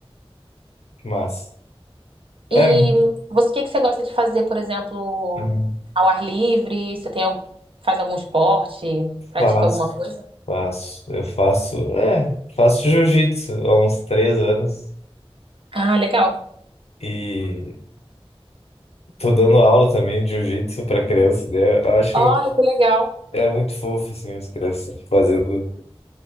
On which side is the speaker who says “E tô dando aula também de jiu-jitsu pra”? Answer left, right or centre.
Left